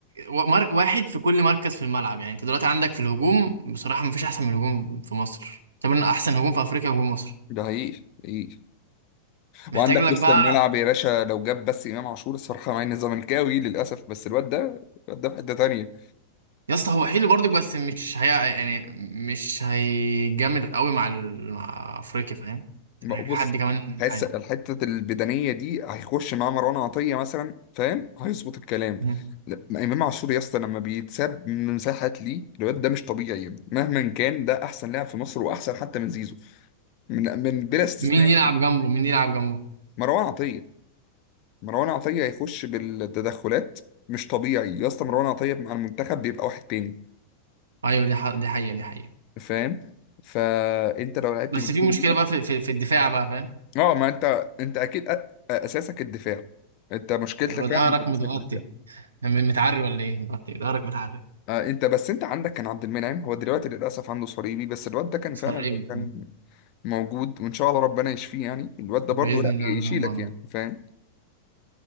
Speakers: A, on the right; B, on the left.
A: و- مر- واحد في كل مركز في الملعب يعني انت دلوقتي عندك في الهجوم بصراحه مفيش احسن من الهجوم في مصر طب انا احسن هجوم في افريقيا هجوم مصر
B: ده حقيقي حقيقي
A: محتاج
B: وعندك
A: لك
B: وسط
A: بقى
B: الملعب يا باشا لو جاب بس امام عاشور الصراحه مع اني زملكاوي للاسف بس الواد ده الواد ده في حته تانيه
A: يا اسطى هو حلو برضك بس مش هي يعني مش هيجامد قوي مع, ال... مع افريقيا فاهم
B: بص
A: محتاج حد كمان
B: حاسس
A: معاه.
B: الحتة البدنية دي هيخش مع مروان عطية مثلا فاهم هيظبط الكلام
A: مم.
B: لا، إمام عاشور يا اسطى لما بيتساب من مساحات ليه الواد ده مش طبيعي مهما كان ده أحسن لاعب في مصر وأحسن حتى من زيزو من من بلا استثناء
A: مين يلعب جنبه مين يلعب جنبه
B: مروان عطية مروان عطية هيخش بالتدخلات مش طبيعي يا اسطى مروان عطية مع المنتخب بيبقى واحد تاني
A: ايوه دي ح... دي حقيقه دي حقيقه
B: فاهم فأنت لو لعبت
A: بس
B: بالتيم
A: في مشكله بقى في في, في الدفاع بقى فاهم
B: اه ما انت انت اكيد أ- اساسك الدفاع انت مشكلتك
A: هيبقى
B: فعلا
A: ظهرك
B: الاساسيه
A: متغطي
B: في الدفاع
A: يعني م- متعري ولا ايه متغطي ظهرك متعري
B: آه انت بس انت عندك كان عبد المنعم هو دلوقتي للاسف عنده صليبي بس الواد ده كان
A: صليبي
B: فعلا لو كان موجود وان شاء الله ربنا يشفيه يعني الواد ده
A: باذن
B: برضه لا
A: الله اللهم
B: يشيلك
A: امين
B: يعني فاهم